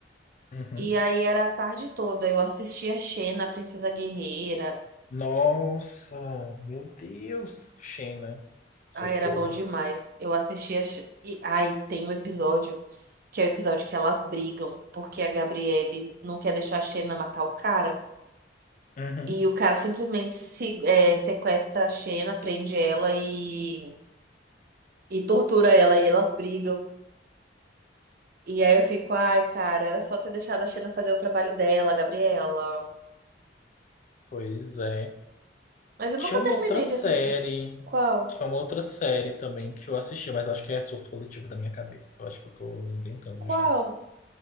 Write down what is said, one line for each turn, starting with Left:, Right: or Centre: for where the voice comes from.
Left: Uhum.
Right: E aí era a tarde toda. Eu assistia Xena, a Princesa Guerreira.
Left: Nossa, meu Deus, Xena, socorro.
Right: Ai, era bom demais. Eu assistia. Xe- E, ai, tem um episódio que é o episódio que elas brigam, porque a Gabriele não quer deixar a Xena matar o cara.
Left: Uhum.
Right: E o cara simplesmente se, é, sequestra a Xena, prende ela e, e tortura ela. E elas brigam. E aí eu fico, ai, cara, era só ter deixado a Xena fazer o trabalho dela, Gabriela.
Left: Pois é.
Right: Mas eu
Left: Tinha
Right: nunca
Left: uma
Right: terminei
Left: outra série.
Right: de assistir. Qual?
Left: Tinha uma outra série também que eu assisti, mas acho que é surto coletivo da minha cabeça. Eu acho que eu tô inventando
Right: Qual?
Left: já.